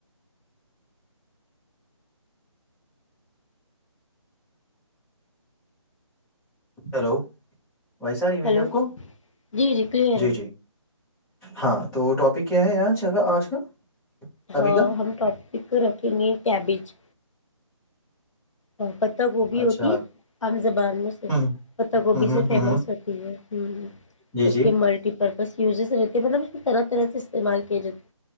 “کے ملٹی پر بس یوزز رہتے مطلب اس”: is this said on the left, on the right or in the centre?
Left